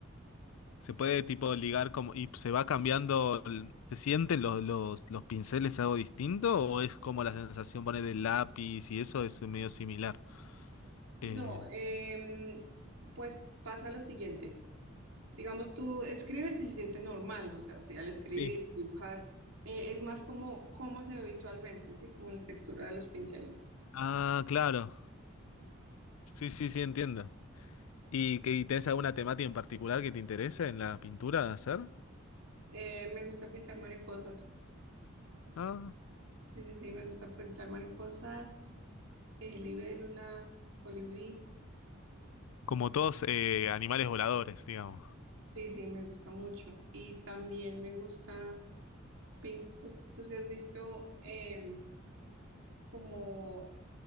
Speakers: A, on the left; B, on the right.
A: Se puede tipo ligar como y se va cambiando, el- ¿se sienten los, los, los pinceles algo distinto o es como la sensación pone del lápiz y eso es medio similar? Eh,
B: No, em, pues pasa lo siguiente. Digamos, tú escribes y se siente normal, ¿no? o sea, si al escribir,
A: Sí.
B: dibujar, eh, es más como cómo se ve visualmente, ¿sí? Como la textura de los pinceles.
A: ah, claro. Sí, sí, sí, entiendo. ¿Y que y tenés alguna temática en particular que te interese en la pintura de hacer?
B: Eh, me gusta pintar mariposas,
A: Ah,
B: sí, sí, sí, me gusta pintar mariposas, eh, libélulas, colibríes,
A: como todos eh, animales voladores, digamos.
B: sí, sí, me gusta mucho. Y también me gusta, pin- tú si has visto em, como,